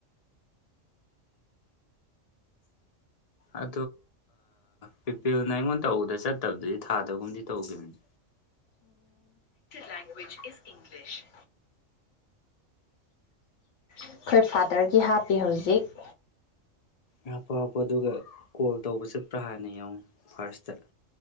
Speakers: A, on the left (about 45°); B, on the left (about 70°).
A: ꯑ ꯄꯤꯄꯤꯜꯅ ꯑꯩꯉꯣꯟ ꯇꯧꯕꯗ ꯆꯠꯇꯕꯗꯨꯗꯤ ꯊꯥꯗꯒꯨꯝꯗꯤ ꯇꯧꯈꯤꯕꯅꯤ
B: ꯂꯦꯡꯒ꯭ꯋꯦꯖ ꯏ ꯏꯁ ꯏꯪꯂꯤꯁ ꯑꯩꯈꯣꯏ ꯐꯥꯗꯔꯒꯤ ꯍꯥꯞꯄꯤ ꯍꯧꯖꯤꯛ
A: ꯍꯥꯞꯄꯣ ꯍꯥꯞꯄꯣ ꯑꯗꯨꯒ ꯀꯣꯜ ꯇꯧꯕ ꯆꯠꯄ꯭ꯔꯥ ꯍꯥꯟꯅ ꯌꯦꯡꯉ ꯐꯥꯔꯁꯇ